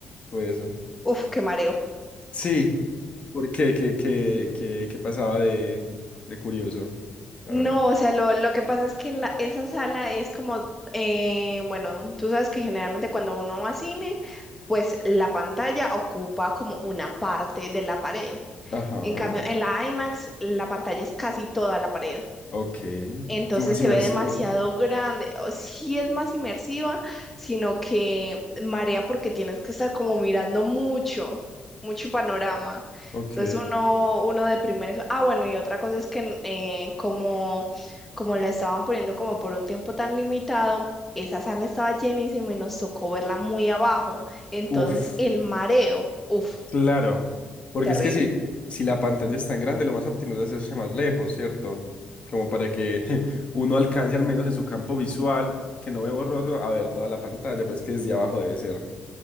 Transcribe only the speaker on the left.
Fue eso.
Sí. ¿Por qué? ¿Qué, qué, qué, qué pasaba de, de curioso? A
ver.
Ajá.
Ok.
Es más inmersivo.
Ok.
Uf,
claro. Porque
es que si, si la pantalla es tan grande, lo más óptimo es hacerse más lejos, ¿cierto? Como para que <laughs> uno alcance al menos en su campo visual, que no ve borroso, a ver toda la pantalla, pero es que desde abajo debe ser,